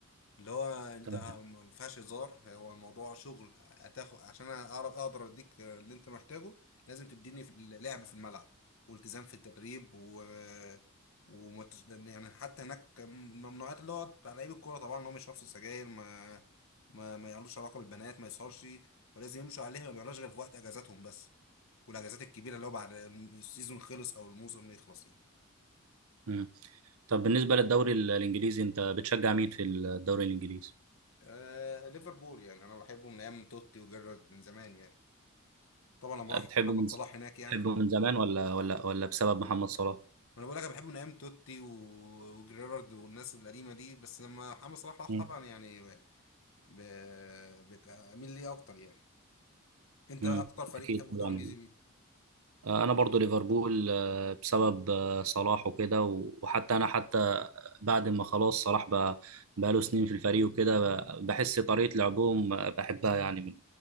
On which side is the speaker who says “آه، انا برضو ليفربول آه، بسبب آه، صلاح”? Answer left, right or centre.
Right